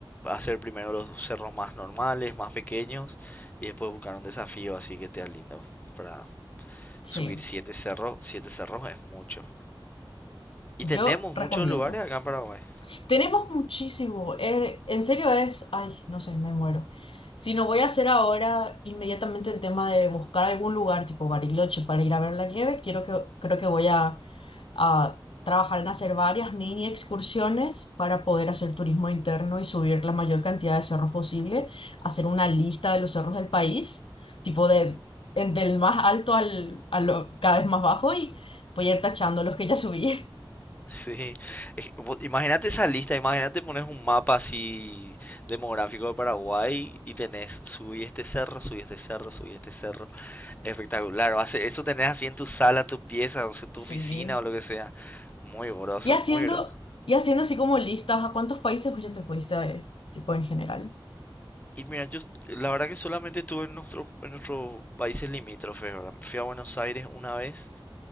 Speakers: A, on the left; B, on the left.
A: hacer primero los cerros más normales, más pequeños, y después buscar un desafío así que esté lindo para
B: sí,
A: subir siete cerros, siete cerros es mucho. Y
B: yo
A: tenemos
B: recomiendo.
A: muchos lugares acá en Paraguay.
B: Tenemos muchísimo, eh, en serio es, ay, no sé, me muero. Si no voy a hacer ahora inmediatamente el tema de buscar algún lugar tipo Bariloche para ir a ver la nieve, quiero que, creo que voy a a trabajar en hacer varias mini excursiones para poder hacer turismo interno y subir la mayor cantidad de cerros posible, hacer una lista de los cerros del país, tipo de, en- del más alto al, a lo cada vez más bajo y voy a ir tachando los que ya subí. <laughs>
A: <laughs> Sí, Es que, vos- imagínate esa lista, imagínate pones un mapa así demográfico de Paraguay y tenés subí este cerro, subí este cerro, subí este cerro. Espectacular, va a ser- eso tenés así en tu sala, en tu pieza, o sea, tu
B: Sí.
A: oficina o lo que sea. Muy groso,
B: Y haciendo,
A: muy groso.
B: y haciendo así como listas, ¿a cuántos países vos ya te fuiste, eh, tipo en general?
A: Y mira, yo la verdad que solamente estuve en nuestro, en nuestros países limítrofes, ¿verdad? Me fui a Buenos Aires una vez